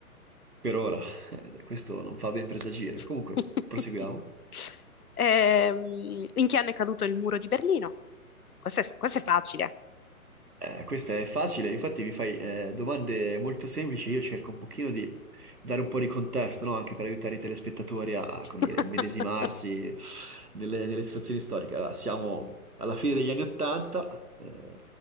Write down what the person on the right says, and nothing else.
Per ora, eh, questo non fa ben presagire.
Comunque, proseguiamo.
Eh, questa è facile, infatti mi fai eh, domande molto semplici, io cerco un pochino di dare un po' di contesto, no? Anche per aiutare i telespettatori a,
come dire, immedesimarsi nelle, nelle situazioni storiche. Allora, siamo alla fine degli anni Ottanta, eh,